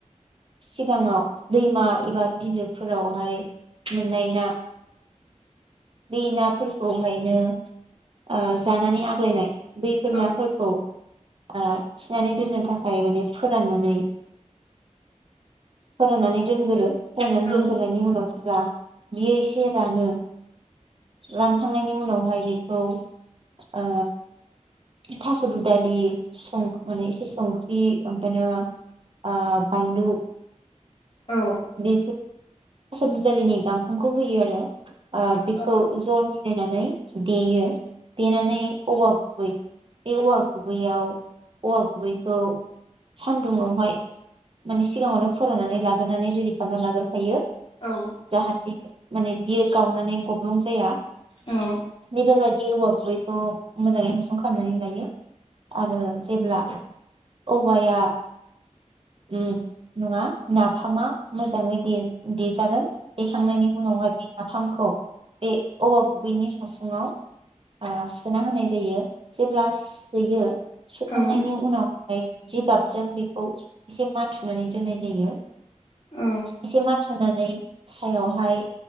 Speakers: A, on the right; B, on the left.
A: सिगाङाव दैमा एबा बिलोफोरावहाय मोननाय ना बे नाफोरखौ हायनो आ जानानै आग्लायनाय बैफोर
B: औ
A: ना फोरखौ ओ थिनानै दोननो थाखाय माने फोराननानै फोराननानै दोनगोरो फोराननानै
B: औ
A: दोनग्रो नायनि उनाव जेब्ला बियो एसे रानो रानखांनायनि उनावहाय बेखौ ओ थास' दुदालि सं माने एसे संख्रि ओमफायो ओ बानलु
B: औ
A: बिफोर <unintelligible> दालिनि गांखंखौ होयो आरो ओ खौ
B: औ
A: जनि नायनानै देयो देनानै औवा गुबै बे औवा गुबैयाव औवा गुबैखौ सानदुंवहाय माने सिगांङावनो फोराननानै लाग्रोनानै रेडि खालामनानै लाग्रोखायो
B: औ
A: जाहा माने बियो गावनानै ग जाया
B: औ
A: बेफोर बायदि औवा बैखौ मोजाङै हासु़ खालामनानै लायो आरो जेब्ला औवाया उम नङा नाफामा मोजाङै दे देजागोन देखांनायनि उनावहाय बि नाफामखौ बे औवा गुबैनि हासुंङाव ओ सोना होनाय जायो जेब्ला सोयो सोखांनायनि
B: औ
A: उनाव ओमफ्राय जिगाबजों बेखौ एसे माथुनानै दोननाय जायो।
B: औ
A: एसे माथुना नै सायावहाय